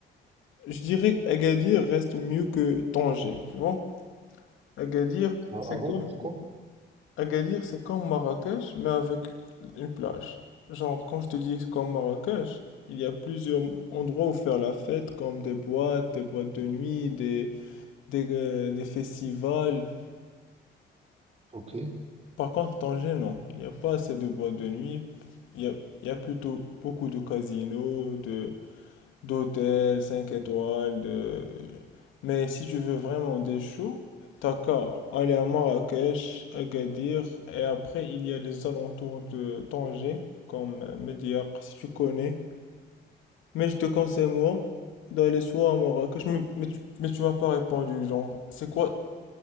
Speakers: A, on the left; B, on the right.
A: je dirais Agadir reste mieux que Tanger, tu vois? Agadir,
B: Ah
A: c'est
B: bon,
A: comme,
B: pourquoi?
A: Agadir, c'est comme Marrakech, mais avec une plage. Genre, quand je te dis que c'est comme Marrakech, il y a plusieurs endroits où faire la fête, comme des boîtes, des boîtes de nuit, des, des, euh, des festivals.
B: Ok.
A: Par contre, Tanger, non. Il n'y a pas assez de boîtes de nuit. Il y a, il y a plutôt beaucoup de casinos, de, d'hôtel, 5 étoiles, de... Mais si tu veux vraiment des choux, t'as qu'à aller à Marrakech, Agadir, et après il y a les alentours de Tanger, comme euh, Médiocre, si tu connais. Mais je te conseille, moi, d'aller soit à Marrakech, mais, mais tu, mais tu m'as pas répondu, genre, c'est quoi,